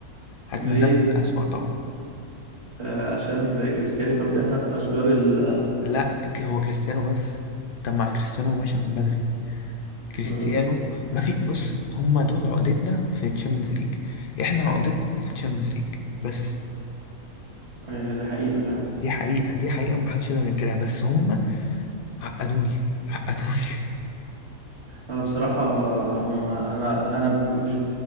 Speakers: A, on the left; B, on the right.
A: هتمنى
B: ليه؟
A: لهم الاسوأ طبعا
B: آه، عشان كريستيانو كان بيحرق اشجار ال
A: لا هو كريستيانو بس طب مع كريستيانو ماشي من بدري كريستيانو
B: آه،
A: ما في بص هما دول عقدتنا في تشامبيونز ليج احنا عقدتكم في تشامبيونز ليج بس
B: أيوة، ده حقيقة فعلا
A: دي حقيقة دي حقيقة ومحدش يقدر ينكرها بس هما عقدوني عقدوني
B: انا بصراحة هم انا انا مش